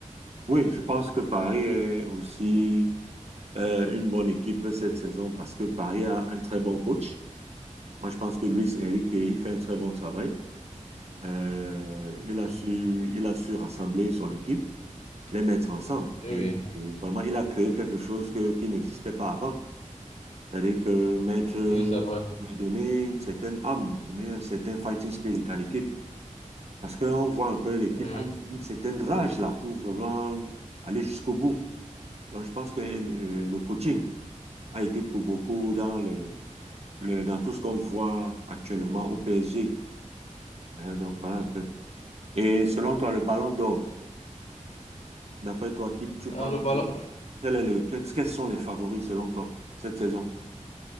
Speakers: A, on the right; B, on the left.
A: Oui, je pense que Paris est aussi euh, une bonne équipe cette saison parce que Paris a un très bon coach. Moi, je pense que Luis Enrique, il fait un très bon travail. Euh, il a
B: Mhm.
A: su, il a su rassembler son équipe, les mettre ensemble.
B: Oui,
A: Et,
B: oui,
A: et vraiment, il a créé quelque chose que- qui n'existait pas avant. C'est-à-dire que Maître euh,
B: Oui, c'est vrai.
A: veut donner une certaine âme, donner un certain fighting spirit à l'équipe. Parce qu'on voit un peu l'équipe
B: Mhm.
A: a une, une certaine rage là pour vraiment aller jusqu'au bout. Donc je pense que le, le coaching a été pour beaucoup dans le, le dans tout ce qu'on voit actuellement au PSG. hein. donc voilà un peu. Et selon toi, le Ballon d'Or, d'après toi, qui tu
B: Ah,
A: penses
B: le ballon,
A: que quel est le que- quels sont les favoris selon toi cette saison?